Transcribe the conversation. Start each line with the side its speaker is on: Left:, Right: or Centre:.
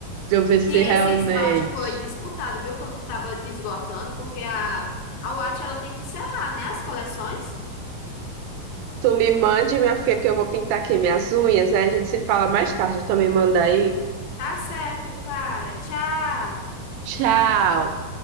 Right: Pra eu ver se
Left: E esse
Right: realmente.
Left: esmalte foi disputado, viu? Quando tava esgotando, porque a, a Watch ela tem que encerrar, né? As coleções.
Right: Tu me mande, minha filha, que eu vou pintar aqui minhas unhas. Aí a gente se fala mais tarde. Então me manda aí.
Left: Tá certo, Clara. Tchau.
Right: Tchau.